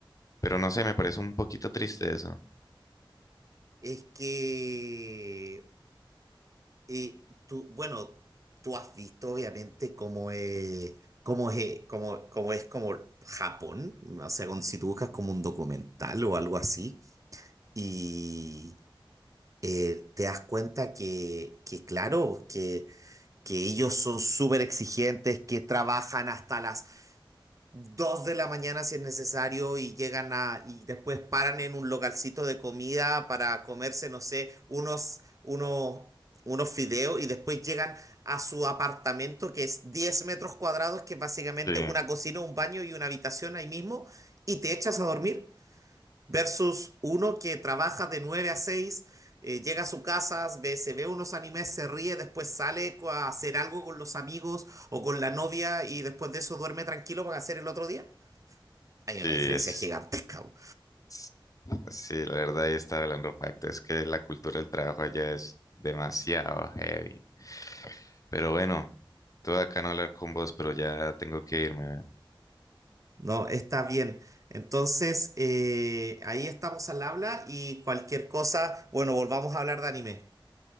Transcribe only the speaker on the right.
Es que Y tú, bueno, tú has visto obviamente cómo es, cómo es, cómo, cómo es como Japón, o sea, con, si tú buscas como un documental o algo así, y eh, te das cuenta que, que claro, que, que ellos son súper exigentes, que trabajan hasta las dos de la mañana si es necesario y llegan a, y después paran en un localcito de comida para comerse, no sé, unos, unos, unos fideos y después llegan a su apartamento que es 10 metros cuadrados, que es básicamente
una cocina, un baño y una habitación ahí mismo y te echas a dormir versus uno que trabaja de 9 a 6 eh, llega a su casa, ve, se ve unos animes, se ríe, después sale co- a hacer algo con los amigos o con la novia y después de eso duerme tranquilo para hacer el otro día. Hay
una diferencia
gigantesca, po.
¿no? Está bien. Entonces, eh, ahí estamos al habla y cualquier cosa, bueno, volvamos a hablar de anime.